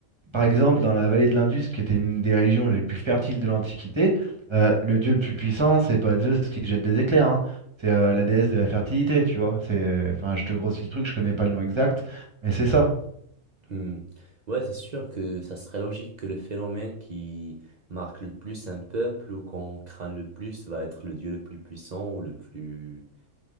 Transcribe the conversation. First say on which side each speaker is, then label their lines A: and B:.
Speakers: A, on the right; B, on the right.
A: par exemple, dans la vallée de l'Indus, qui était une des régions les plus fertiles de l'Antiquité, euh, le dieu le plus puissant, c'est pas Zeus qui jette des éclairs, hein. C'est euh, la déesse de la fertilité, tu vois. C'est, enfin, je te grossis le truc, je connais pas le nom exact, mais c'est ça.
B: Hmm. Ouais, c'est sûr que ça serait logique que le phénomène qui marque le plus un peuple ou qu'on craint le plus va être le dieu le plus puissant ou le plus...